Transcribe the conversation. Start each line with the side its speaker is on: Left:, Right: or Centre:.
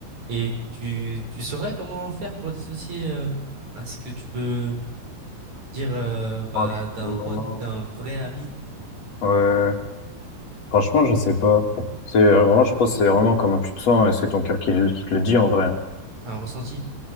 Right: Et tu, tu saurais comment faire pour dissocier euh, hein, ce que tu peux dire euh, bah,
Left: Franchement,
Right: d'un pote, d'un vrai ami?
Left: ouais. Franchement, je sais pas. C'est euh, vraiment, je pense, que c'est vraiment comment tu te sens et c'est ton cœur qui, le- qui te le dit en vrai. hein.
Right: C'est un ressenti.